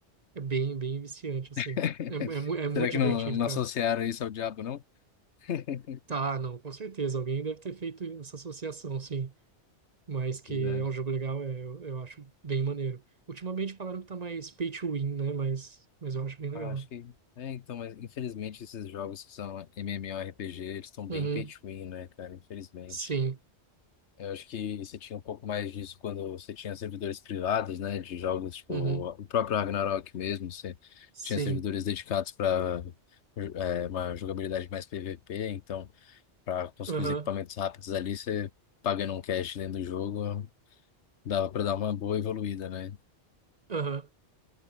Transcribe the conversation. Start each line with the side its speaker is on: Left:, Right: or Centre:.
Right: é bem, bem viciante, assim.
Left: <laughs>
Right: É, é, mu- é muito
Left: Será
Right: divertido,
Left: que não, não
Right: cara.
Left: associaram isso ao diabo, não? <laughs>
Right: Tá, não, com certeza. Alguém deve ter feito essa associação, sim. Mas que
Left: Pois é.
Right: é um jogo legal, é, eu, eu acho bem maneiro. Ultimamente falaram que tá mais pay to win, né? Mas, mas eu acho bem legal.
Left: Ah, acho que. É, então, mas infelizmente esses jogos que são MMORPG, eles estão
Right: Uhum,
Left: bem pay to win, né, cara? Infelizmente.
Right: sim,
Left: Eu acho que você tinha um pouco mais disso quando você tinha servidores privados, né, de jogos, tipo
Right: uhum,
Left: o próprio Ragnarok mesmo, você
Right: sim,
Left: tinha servidores dedicados para uma jogabilidade mais PVP, então para conseguir
Right: aham,
Left: os equipamentos rápidos ali, você pagando um cash dentro do jogo, dava para dar uma boa evoluída, né?
Right: aham.